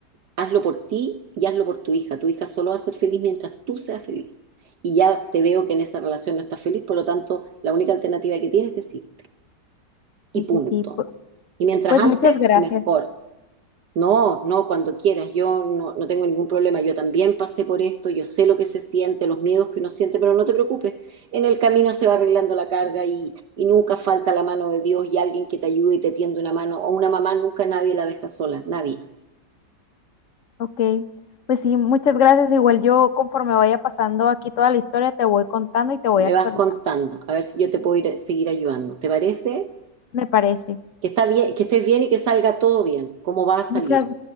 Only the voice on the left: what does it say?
Sí,
sí, sí. pu-
Pues
muchas gracias.
Ok. Pues sí, muchas gracias. Igual yo conforme vaya pasando aquí toda la historia, te voy contando y te voy
actualizando.
Me parece.
Muchas,